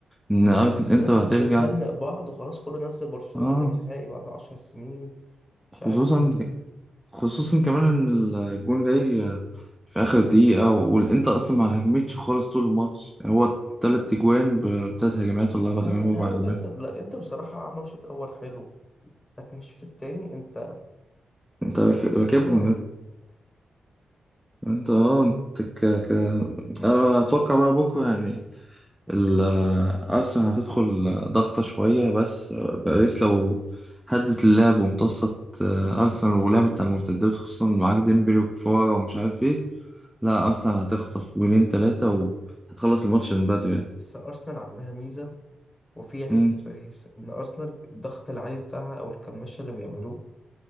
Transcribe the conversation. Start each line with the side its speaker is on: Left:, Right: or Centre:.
Centre: إن
Left: خلاص
Centre: أرت- إنتر
Left: الناس كانت
Centre: هترجع
Left: بتهنئ بعض وخلاص كله نزل برشلونة
Centre: اه
Left: الى النهائي بعد عشر سنين مش
Centre: خصوصا
Left: عارف
Centre: خصوصا كمان ان الجون جاي في اخر دقيقة والانتر اصلا ما هجمتش خالص طول الماتش هو تلات اجوان ب- بتلات هجمات ولا اربع اجوان
Left: آه لا
Centre: باربع
Left: هو
Centre: هجمات
Left: الانتر لا الانتر بصراحة عمل شوط اول حلو لكن الشوط التاني انت
Centre: انت
Left: انت
Centre: راك-
Left: برشلونة
Centre: راكبهم يا ابني. انت اه انت ك... ك... أنا اتوقع بقى بكرة يعني ال- ارسنال هتدخل ضغطة شوية بس باريس لو هدت اللعب وامتصت آه، ارسنال ولعبت على المرتدات خصوصا معاك ديمبلي وكفارة ومش عارف ايه لا اصلا هتخطف جولين تلاتة وهتخلص الماتش من بدري يعني
Left: بس ارسنال عندها ميزة وفي عيب
Centre: مم.
Left: في باريس إن أرسنال الضغط العالي بتاعها أو الكماشة اللي بيعملوه